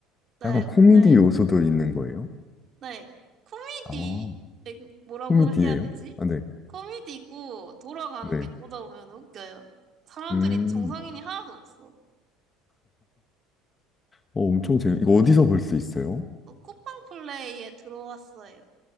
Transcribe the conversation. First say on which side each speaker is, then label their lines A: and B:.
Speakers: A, on the right; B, on the left.
A: 네,
B: 약간 코미디
A: 근데
B: 요소도 있는 거예요?
A: 네 코미디
B: 아.
A: 네, 뭐라고
B: 코미디예요?
A: 해야 되지?
B: 아, 네.
A: 코미디고 돌아가는
B: 네.
A: 게 보다 보면 웃겨요. 사람들이
B: 음.
A: 정상인이 하나도 없어.
B: 어, 엄청 재밌. 이거 어디서 볼 수 있어요?
A: 어, 쿠팡 플레이에 들어왔어요.